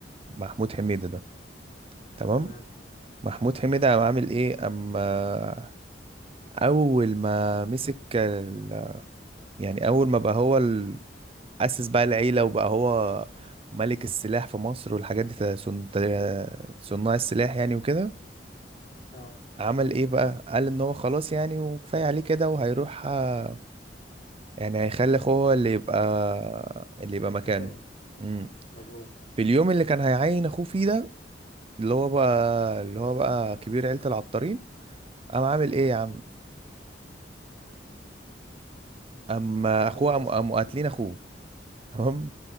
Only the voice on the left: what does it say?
تمام
اه
مكانه
مظبوط
ايه اللي حصل